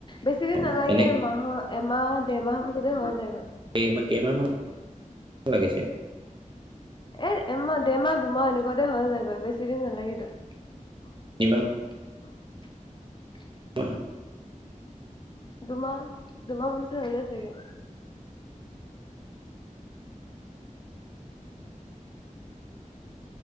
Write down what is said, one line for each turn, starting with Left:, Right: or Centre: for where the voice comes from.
Left: বেছি দিন
Right: অ
Left: নালাগে
Right: এনে
Left: এ মাহৰ এমাহ দেৰমাহৰ মাজতে হৈ যায়গৈ৷
Right: কেইমা, কেইমাহ মান লাগে চাগে
Left: এ এমাহ, দেৰমাহ, দুমাহ এনেকুৱাতে হৈ যায়গৈ, বেছি দিন নালাগেতো৷ <unintelligible>
Right: তিনিমাহ <inaudible>
Left: দুমাহ, দুমাহমান পিছত হৈ যায় চাগে৷